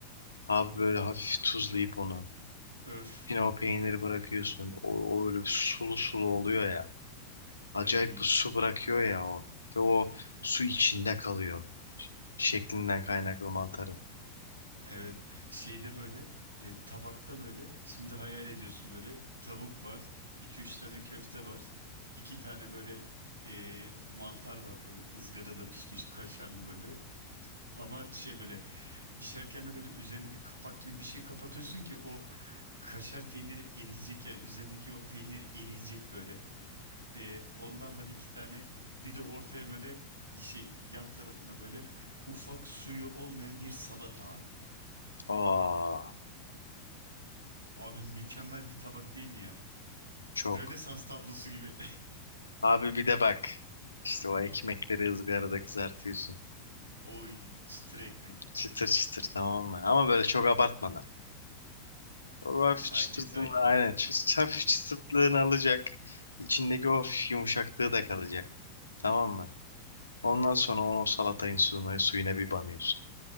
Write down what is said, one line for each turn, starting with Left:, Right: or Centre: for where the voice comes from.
Left: Abi böyle hafif tuzlayıp onu.
Right: Öf.
Left: Yine o peyniri bırakıyorsun. O, o öyle sulu sulu oluyor ya. acayip
Right: Ay.
Left: bir su bırakıyor ya o. Ve o su içinde kalıyor. Ş- Şeklinden kaynaklı mantarın.
Right: Evet. Şeyde böyle e, tabakta böyle şimdi hayal ediyorsun böyle tavuk var. iki üç tane köfte var. iki tane böyle e, mantar var böyle ızgarada pişmiş kaşarlı böyle. Ama şey böyle pişerken de böyle üzerine bir kapak gibi bir şey kapatıyorsun ki o kaşar peyniri eriyecek ya üzerindeki o peynir eriyecek böyle. Ee, ondan var iki tane bir de ortaya böyle şey yan tarafına böyle ufak suyu olmayan bir salata abi.
Left: Aa,
Right: Abi mükemmel bir tabak değil mi ya?
Left: çok.
Right: Rönesans tablosu gibi.
Left: Abi bir de bak. İşte o ekmekleri ızgarada kızartıyorsun.
Right: <laughs> Oy çıtır ekmek.
Left: Çıtır çıtır tamam mı? Ama böyle çok abartmadan. O hafif
Right: Sakin
Left: çıtırtını
Right: sakin.
Left: aynen. çı- Hafif çıtırtlığını alacak. İçindeki o hafif yumuşaklığı da kalacak. Tamam mı? Ondan sonra onu o salatayın suyuna, suyuna bir banıyorsun.